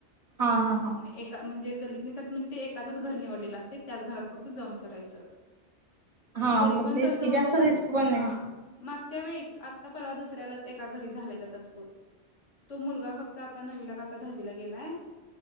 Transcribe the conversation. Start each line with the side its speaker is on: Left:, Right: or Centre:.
Right: हा हा हा
Left: म एका म्हणजे गल्लीतनं करतात म्हणजे ते एकाच घर निवडलेलं असतंय ते त्याचं घरात फक्त जाऊन करायच
Right: हा
Left: तरी
Right: मग
Left: पण
Right: तेच
Left: तसं
Right: की जास्त
Left: होऊन
Right: रिस्क पण
Left: हा
Right: नाही
Left: मागच्या वेळीच आता परवा दसऱ्यालाच त्या घरी झालंय तसं-‍- बोल तो मुलगा फक्त आता नवीला का आता दहावीला गेलाय